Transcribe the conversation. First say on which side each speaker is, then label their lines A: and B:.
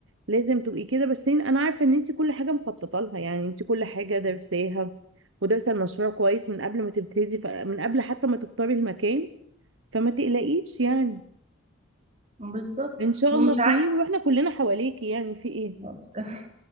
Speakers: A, on the right; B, on the right.
A: لازم تبقي كده بس إن- انا عارفه ان انتي كل حاجه مخططه لها يعني انتي كل حاجه درساها ودارسه المشروع كويس من قبل ما تبتدي ف- من قبل حتى ما تختاري المكان فما تقلقيش يعني
B: بالظبط
A: ان شاء
B: ومش
A: الله خير واحنا كلنا حواليكي يعني في ايه
B: عارفة